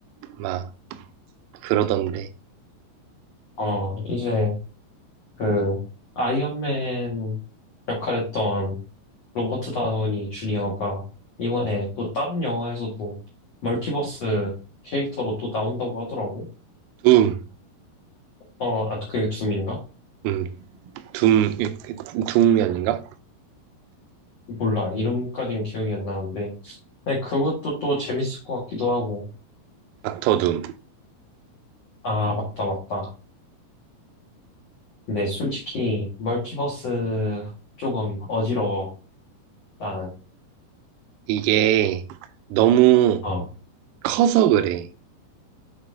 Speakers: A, on the right; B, on the left.
A: 막 그러던데.
B: 어, 이제 그 아이언맨 역할했던 로버트 다우니 주니어가 이번에 또 다른 영화에서도 멀티버스 캐릭터로 또 나온다고 하더라고.
A: 둠,
B: 어, 아, 그게 둠인가?
A: 음, 둠, 둠이 아닌가?
B: 몰라. 이름까진 기억이 안 나는데. 근데 그것도 또 재밌을 것 같기도 하고.
A: 닥터 둠.
B: 아, 맞다, 맞다. 근데 솔직히, 멀티버스 조금 어지러워. 나는.
A: 이게 너무
B: 어.
A: 커서 그래.